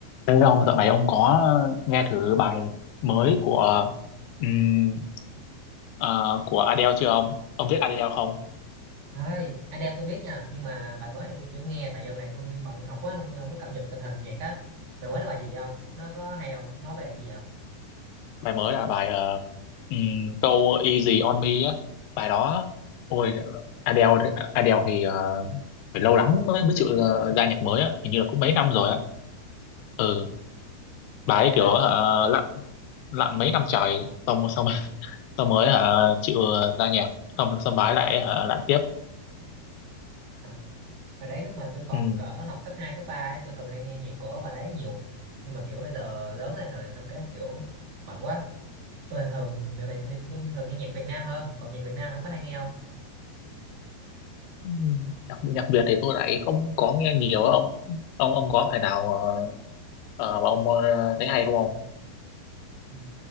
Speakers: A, on the left (about 80°); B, on the right (about 60°).
A: Thế ông dạo này ông có nghe thử bài mới của ừm, ờ, của Adele chưa ông? Ông biết Adele không?
B: Thôi, Adele tôi biết nha, nhưng mà bài mới thì tôi chưa nghe tại dạo này tôi bận học quá nên tôi không có cập nhật tình hình nhạc á. Bài mới là bài gì vậy không? Nó có hay không? Nói về gì vậy?
A: Bài mới là bài ờ, ừm, câu Easy on Me á. Bài đó ôi Adele thì- Adele thì ờ, phải lâu lắm mới mới chịu ờ, ra nhạc mới á, hình như là cũng mấy năm rồi á. Ừ, bà
B: Hồi
A: ấy
B: đây
A: kiểu
B: hồi
A: ờ, lặn lặn mấy năm trời xong xong <laughs> xong mới hả chịu ờ, ra nhạc xong xong bà ấy lại hả lặn tiếp.
B: à, hồi đấy lúc mà tôi còn
A: Ừ,
B: cỡ học cấp 2 cấp 3 ấy, tôi thường hay nghe nhạc của bà đấy nhiều. Nhưng mà kiểu bây giờ lớn lên rồi xong cái kiểu bận quá. Tôi thì thường dạo này thì tôi thường nghe nhạc Việt Nam hơn, còn nhạc Việt Nam ông có hay nghe không?
A: Ừ, nhạc nhạc Việt thì tôi lại không có nghe nhiều á ông ông ông có phải nào ờ, ờ, mà ông ờ, thấy hay không ông
B: Ừ.